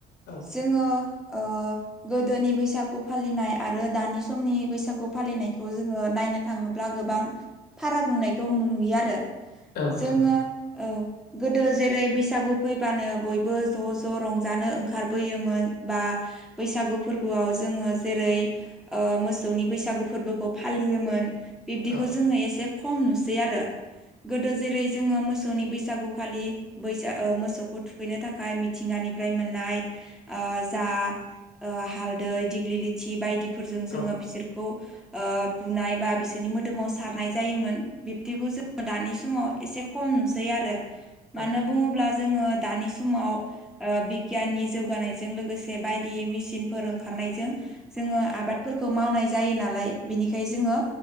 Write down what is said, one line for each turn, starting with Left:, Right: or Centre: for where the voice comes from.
Left: औ
Centre: जोङो ओ गोदोनि बैसागु फालिनाय आरो दानि समनि बैसागु फालिनायखौ जोङो नायनो थाङोब्ला गोबां फाराग नुनाय दं नुयो आरो
Left: औ नोंथां
Centre: जोङो औ गोदो जेरै बैसागु फैबानो बयबो ज' ज' रंजानो ओंखारबोयोमोन बा बैसागु फोरबोआव जोङो जेरै ओ मोसौनि बैसागु फोरबोखौ फालियोमोन बिब्दिखौ
Left: औ
Centre: जोङो एसे खम नुसै आरो गोदो जेरै जोङो मोसौनि बैसागुखालि बैसा ओ मोसौखौ थुखैनो थाखाय खाय मिथिंगानिफ्राय मोननाय ओ जा ओ हालदै दिग्लि लिथि बायदिफोरजों जोङो
Left: औ
Centre: बिसोरखौ ओ बुनाय बा बिसोरनि मोदोमाव सारनाय जायोमोन बिब्दिखौ जोङो दानि समाव एसे खम नुसै आरो
Left: औ
Centre: मानो बुङोब्ला जोङो दानि समाव ओ बिगियाननि जौगानायजों लोगोसे बायदि मेसिनफोर ओंखारनायजों जोङो आबादफोरखौ मावनाय जायो नालाय बिनिखाय जोङो